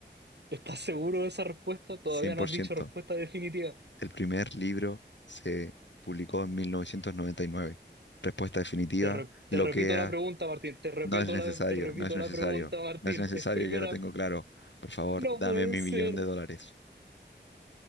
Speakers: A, on the right; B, on the left.
A: ¿Estás seguro de esa respuesta? Todavía
B: 100%.
A: no has dicho respuesta definitiva.
B: El primer libro se publicó en 1999. Respuesta definitiva,
A: Te, re- te
B: loquea,
A: repito la pregunta, Martín. Te repito
B: no es necesario,
A: la, te repito
B: no es necesario,
A: la pregunta, Martín.
B: no es necesario,
A: Es primera.
B: ya lo tengo claro. Por favor,
A: No
B: dame
A: puede
B: mi
A: ser.
B: millón de dólares.